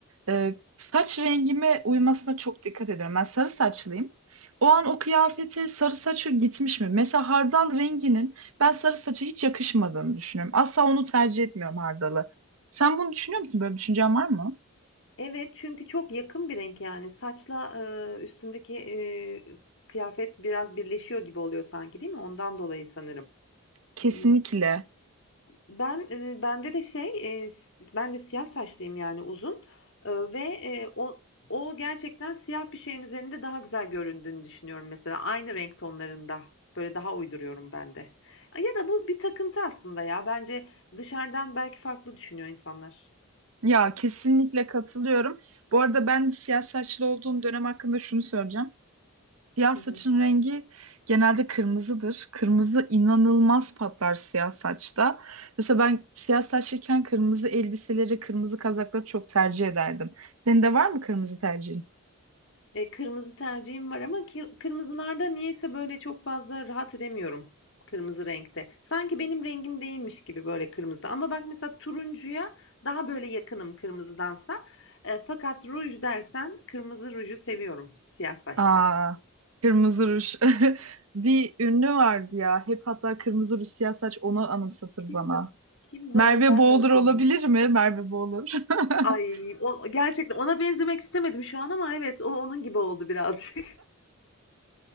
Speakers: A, on the right (about 75°); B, on the left (about 60°).
A: Ee, saç rengime uymasına çok dikkat ediyorum. Ben sarı saçlıyım. O an o kıyafete sarı saçı gitmiş mi? Mesela hardal renginin ben sarı saça hiç yakışmadığını düşünüyorum. Asla onu tercih etmiyorum hardalı. Sen bunu düşünüyor musun? Böyle bir düşüncen var mı?
B: Evet, çünkü çok yakın bir renk yani. Saçla e, üstündeki e, kıyafet biraz birleşiyor gibi oluyor sanki, değil mi? Ondan dolayı sanırım.
A: Kesinlikle.
B: Hmm, Ben, eee, bende de şey, eee, ben de siyah saçlıyım yani uzun, ııı, ve, eee, o o gerçekten siyah bir şeyin üzerinde daha güzel göründüğünü düşünüyorum mesela. Aynı renk tonlarında. Böyle daha uyduruyorum ben de. Ya da bu bir takıntı aslında ya. Bence dışarıdan belki farklı düşünüyor insanlar.
A: Ya kesinlikle katılıyorum. Bu arada ben siyah saçlı olduğum dönem hakkında şunu söyleyeceğim. Siyah
B: Hı
A: saçın
B: hı.
A: rengi genelde kırmızıdır. Kırmızı inanılmaz patlar siyah saçta. Mesela ben siyah saçlıyken kırmızı elbiseleri, kırmızı kazakları çok tercih ederdim. Senin de var mı kırmızı tercihin?
B: Eee, kırmızı tercihim var ama kir kırmızılarda niyeyse böyle çok fazla rahat edemiyorum kırmızı renkte. Sanki benim rengim değilmiş gibi böyle kırmızı. Ama bak mesela turuncuya daha böyle yakınım kırmızıdansa. Eee, fakat ruj dersen kırmızı ruju seviyorum siyah saçta.
A: Aa, kırmızı ruj. <laughs> Bir ünlü vardı ya. Hep hatta kırmızı ruj siyah saç onu anımsatır
B: Kimdi
A: bana.
B: o? Kimdi
A: Merve
B: o? Ben
A: Boğulur
B: de hatırlıyorum.
A: olabilir mi? Merve Boğulur. <laughs>
B: Ay o gerçekten ona benzemek istemedim şu an ama evet o onun gibi oldu birazcık.